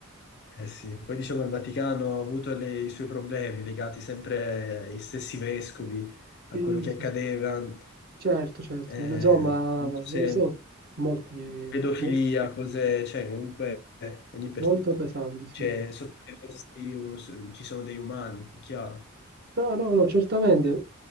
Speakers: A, on the left; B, on the right.
A: eh sì, Poi diciamo che il Vaticano ha avuto le- i suoi problemi legati sempre ai stessi vescovi, a
B: sì,
A: quello che
B: sì,
A: accadeva.
B: sì, certo, certo,
A: Eh,
B: insomma,
A: non so se
B: lo so, molti,
A: pedofilia,
B: mo-
A: cose, cioè comunque eh, ogni per...
B: molto pesanti, sì.
A: cioè, sotto le vesti uno s- ci sono degli umani, chiaro.
B: No, no, no, certamente.